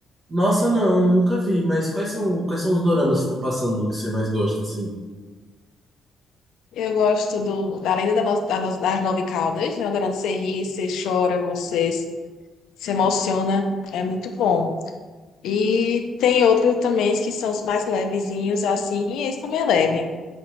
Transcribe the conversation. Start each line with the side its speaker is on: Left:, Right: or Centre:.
Right: Nossa, não, nunca vi, mas quais são, quais são os doramas que estão passando que você mais gosta, assim?
Left: Eu gosto do, da Lenda da No- da No- das Nove Caudas, né? O dorama que você ri, você chora, você s- se emociona. É muito bom. E tem outros também que são os mais levezinhos, assim, e esse também é leve.